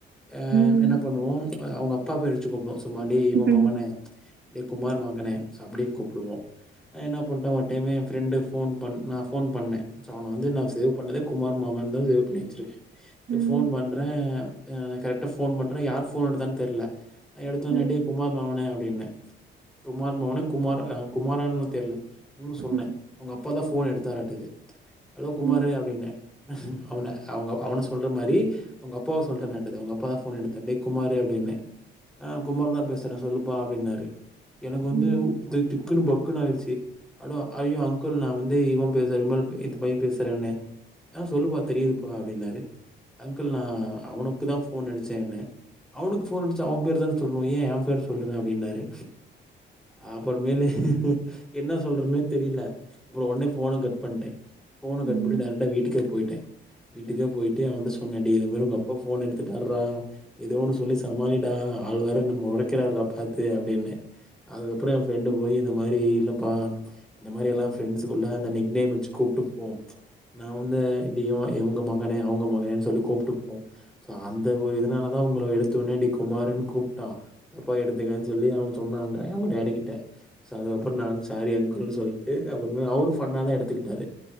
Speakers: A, in the centre; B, on the right (about 55°).
A: ஆ
B: ம்
A: என்ன பண்ணுவோம் ஆ அவுங்க அப்பா பேர் வெச்சி கூப்டுவோ சும்மா டேய் இவே
B: ம்
A: மவனே டேய் குமார் மகனே அப்டின்னு கூப்டுவோ அ என்ன பண்ணிட்டோ ஒரு டைமு எயே ஃப்ரெண்ட்டு ஃபோன் பண் நா ஃபோன் பண்ணே சோ அவன வந்து சேவ் பண்ணதே குமார் மாமான்னு தா சேவ் பண்ணி வெச்சிருக்கே சேர்
B: ம்
A: ஃபோன் பண்றே அ நா கரெக்டா ஃபோன் பண்றே யார் ஃபோன் எடுத்தான்னு தெர்ல நா எடுத்த ஒன்னே
B: ம்
A: டேய் குமார் மவனே அப்டின்னே குமார் மவனே குமார் ஆ குமாரான்னு தெர்ல இன்னு சொன்னே
B: ம்
A: அவுங்க அப்பா தா ஃபோன் எடுத்தாரட்டுகுது ஹலோ குமாரு
B: ம்
A: அப்டின்னே அவனா அவுங்க அவனா சொல்லற மாரி அவுங்க அப்பாவ சொல்டனாட்டுது அவுங்க அப்பா தா ஃபோன எடுத்தாரு டேய் குமாரு அப்டின்னே ஆ குமாருத பேசுறே சொல்லுப்பா அப்டின்னாரு எனக்கு
B: ம்
A: வந்து திக் திக்குனு பக்குனு ஆயிடுச்சி அடோ ஐயோ அங்குள் நா வந்து இவே பேச விமல் இத்துபாய் பேசுறன்ன ஆ சொல்லுப்பா தெரியிதுப்பா அப்டின்னாரு அங்கள் நா அவனுக்கு தா ஃபோன் அடிச்சேன்னு அவனுக்கு ஃபோன் அடிச்சா அவன் பேரு தான சொல்லனும் ஏன் என் பேரு சொல்ற அப்டின்னாரு அப்புறமேலு என்ன சொல்றதுன்னே தெரில அப்புறம் ஒடனே ஃபோன கட் பண்ட்டேன் ஃபோன கட்பண்ணிட்டு
B: ம் ம்
A: டேரக்ட்டா வீட்டுக்கே போய்ட்டே வீட்டுக்கே போயிட்டு அவன்ட்ட சொன்ன டேய் இது மாரி உங்க அப்பா ஃபோன் எடுத்துட்டாறா எதோ ஒன்னு சொல்லி சமாளிடா அவரு வேற என்ன மொறைக்கிறாருடா பாத்து அப்டின்ன அதுக்கப்புறோ எயே ஃப்ரெண்டு போயி இந்த மாரி இல்லப்பா இந்த மாரி எல்லா ஃப்ரெண்ட்ஸ்குள்ள அந்த நிக் நேம் வெச்சி கூப்டுப்போ நா வந்து இவ இவுங்க மகனே அவுங்க மகனே சொல்லி கூப்டுப்போ சோ அந்த ஒரு இதனால அதா உங்கள எடுத்த ஒன்னே டேய் குமாருன்னு கூப்டா தப்பா எடுத்துக்காத சொல்லி அவே சொன்னா அவங்க டேடி கிட்ட சோ அதுக்கப்றோ நான் சாரி அங்கிள்னு சொல்டு அப்றமா அவுரு ஃபன் தா எடுத்துக்கிட்டரு